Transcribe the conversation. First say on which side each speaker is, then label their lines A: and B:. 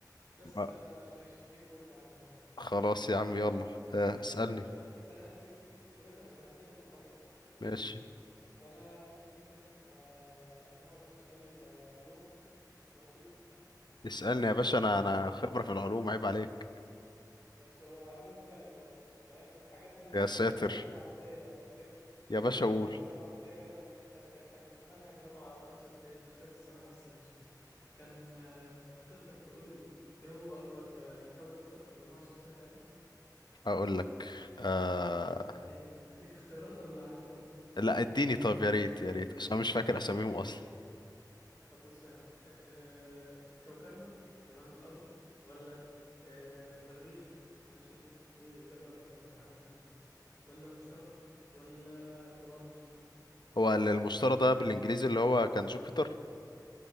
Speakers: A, on the left; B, on the left.
A: بس
B: ما-
A: آه، ماشي ليك بوينت يا عم انا موافق
B: خلاص يا عم يلا
A: خلاص
B: آه، اسألني
A: بما انك زنقتني بما انك زنقتني في الجغرافيا تمام
B: ماشي
A: فانا ممكن آه، ازنقك في سؤال آه، علوم ماشي
B: اسألني يا باشا انا انا
A: آه
B: خبرة
A: آه،
B: في العلوم عيب عليك
A: ماشي هو علوم فلك بقى فاهم حاجات من اللي احنا
B: يا
A: كنا
B: ساتر
A: واخدينها في رابعه ابتدائي لو تفتكر
B: يا باشا
A: فاهم
B: قول
A: فاكر رابعه ابتدائي جدول كان كان منهج رابعه او خمسه ابتدائي مش فاكر صراحه بس ماشي كان آه تقدر تقول لي ايه هو اكبر آه، كوكب في المجموعه الشمسيه بتاعتنا
B: اقول لك آه...
A: آه اديك اختيارات ولا عارفهم
B: لا اديني طب يا ريت يا ريت عشان أنا مش فاكر اساميهم اصلا
A: طب بص يا عم آه، كوكبنا تمام الأرض ولا آه، المريخ ماشي دي إجابة متوقعة جدا عامة ولا المشتري ولا أورانوس
B: هو ال- المشتري ده بالانجليزي اللي هو كان جوبيتر